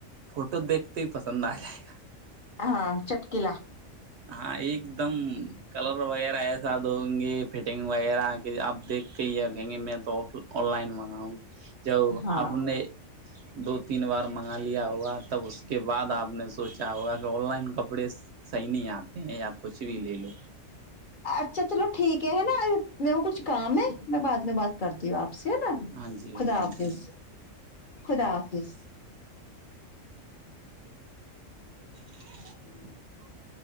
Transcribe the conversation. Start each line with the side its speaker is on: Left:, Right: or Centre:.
Right: فوٹو دیکھتے ہی پسند آ جائے گا
Left: ہ ہاں چٹکلا
Right: ہاں ایک دم کلر وغیرہ ایسا دوں گے فٹنگ وغیرہ کہ آپ دیکھتے ہی کہیں گے میں تو آن لائن منگاؤں گی تو
Left: ہاں
Right: اپ نے دو تین بار منگا لیا ہوا تب اس کے بعد آپ نے سوچا ہوگا کہ آن لائن کپڑا کپڑے صحیح نہیں آتے ہیںیا کچ و ل ل
Left: اچھا چلو ٹھیک ہے نا م کچھ کام ہے میں بعد میں بات کرتی ہوں آپ سے ہے نا
Right: ہاں جی
Left: خدا
Right: ہاں
Left: حافظ
Right: جی
Left: خدا حافظ
Right: <inaudible>